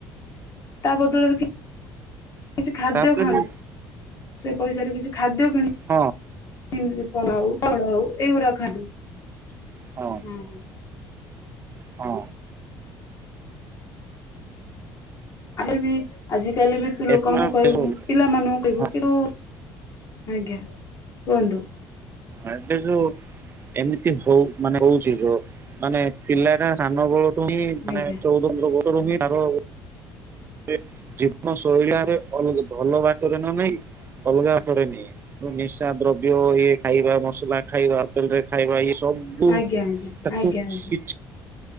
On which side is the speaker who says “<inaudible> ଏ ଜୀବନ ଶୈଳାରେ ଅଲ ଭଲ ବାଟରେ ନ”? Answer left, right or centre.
Right